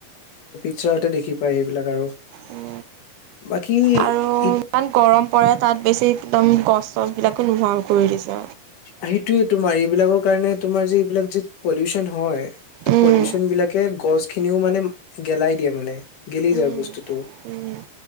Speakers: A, on the left; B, on the right.
A: ওচৰতে দেখি পায় সেইবিলাক আৰু
B: উ
A: বাকী
B: আৰু ইমান গৰম পৰে তাত বেছি একদম কষ্টবিলাকো নোহোৱা কৰি দিছে।
A: সেইটোয়েই তোমাৰ এইবিলাকক কাৰণে তোমাৰ য এইবিলাক যি পলউচন হয় ত
B: উম,
A: পলিউচন বিলাকে গছ খিনিও মানে গেলাই দিয়ে মানে গেলি
B: উম।
A: যায় বস্তুটো
B: উম,